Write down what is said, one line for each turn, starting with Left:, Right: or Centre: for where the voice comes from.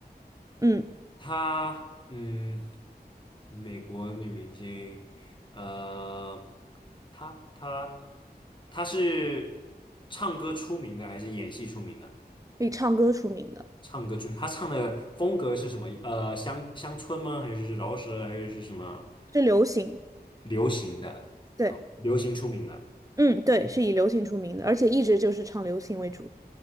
Right: 嗯，
Left: 她嗯，美国女明星，呃，她她她是唱歌出名的还是演戏出名的？
Right: 以唱歌出名的，
Left: 唱歌出名，她唱的风格是什么？呃，乡乡村吗？还是饶舌？还是是什么
Right: 是流行，
Left: 流行的？
Right: 对，
Left: 哦，流行出名的。
Right: 嗯，对，是以流行出名的，而且一直就是唱流行为主。